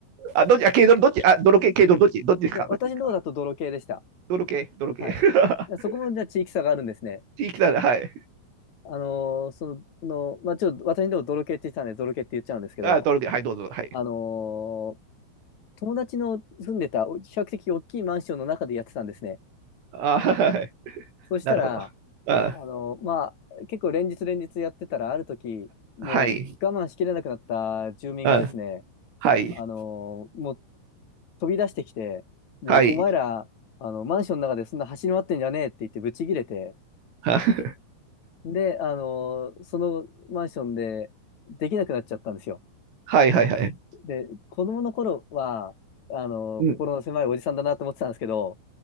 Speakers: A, on the right; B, on the left.
A: あ、どっち、あ、軽泥、どっち、あ、泥系、軽泥、どっち、どっちですか、
B: いや、
A: どっちですか。
B: 私のとこだと泥系でした。
A: 泥系、泥系。
B: はい。いやそこもじゃあ地域差があるんですね。
A: <laughs> 地域なら、はい。
B: あのーその、の、まあ、ちょっと私のとこ泥系って言ってたんで、泥系って言っちゃうんですけど、
A: あ、泥系、はい、どうぞ、はい。
B: あのー友達の住んでた、お比較的大きいマンションの中でやってたんですね。
A: あ、はい。
B: そしたら、
A: なるほど。あ、
B: あのーまあ、結構連日連日やってたら、ある時、もう我慢しきれなくなった住民がですね、
A: はい。あ、はい。
B: あのーもう飛び出してきて、もうお前ら、
A: はい。
B: あの、マンションの中でそんな走り回ってんじゃねえって言ってブチ切れて、
A: <laughs> あ
B: で、あの、そのマンションでできなくなっちゃったんですよ。
A: はい、はい、はい
B: で、子供の頃は、あの、
A: うん
B: 心の狭いおじさんだなと思ってたんですけど、